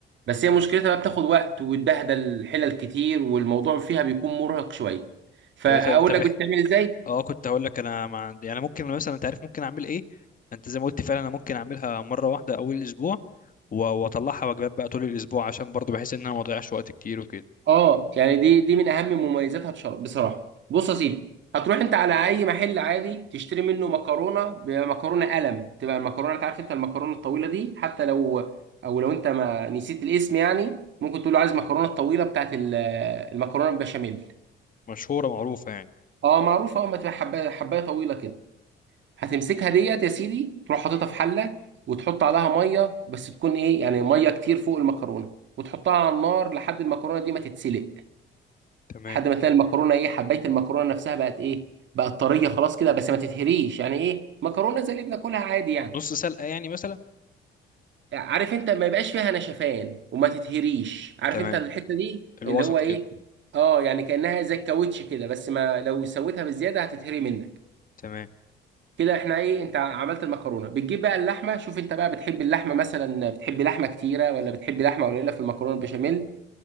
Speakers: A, on the right; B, on the left.
A: بس هي مشكلتها بقى بتاخد وقت وتبهدل الحلل كتير والموضوع فيها بيكون مرهق شويه فاقول
B: طب طب طب
A: لك بتتعمل
B: إح-
A: ازاي
B: اه كنت هقول لك انا مع يعني ممكن مثلا انت عارف ممكن اعمل ايه انت زي ما قلت فعلا انا ممكن اعملها مره واحده اول الاسبوع و- واطلعها وجبات بقى طول الاسبوع عشان برضو بحيث ان انا ما اضيعش وقت كتير وكده
A: اه يعني دي دي من اهم مميزاتها بش- بصراحه بص يا سيدي هتروح انت على اي محل عادي تشتري منه مكرونه بمكرونه قلم تبقى المكرونه انت عارف انت المكرونه الطويله دي حتى لو او لو انت ما نسيت الاسم يعني ممكن تقول له عايز مكرونه الطويله بتاعت ال- المكرونه البشاميل
B: مشهوره معروفه يعني
A: اه معروفه اه ما تبقى حبايه حبايه طويله كده هتمسكها ديت يا سيدي تروح حاططها في حله وتحط عليها ميه بس تكون ايه يعني ميه كتير فوق المكرونه وتحطها على النار لحد المكرونه دي ما تتسلق
B: تمام
A: لحد ما تلاقي المكرونه ايه حبايه المكرونه نفسها بقت ايه بقت طريه خلاص كده بس ما تتهريش يعني ايه مكرونه زي اللي بناكلها عادي يعني
B: نص سلقة يعني مثلا
A: عارف انت ما يبقاش فيها نشفان وما تتهريش عارف
B: تمام
A: انت الحته دي
B: الوسط
A: اللي هو ايه
B: كده
A: اه يعني كانها زي الكاوتش كده بس ما لو سويتها بزياده هتتهري منك
B: تمام
A: كده احنا ايه انت عملت المكرونه بتجيب بقى اللحمه شوف انت بقى بتحب اللحمه مثلا بتحب لحمه كتيره ولا بتحب لحمه قليله في المكرونه البشاميل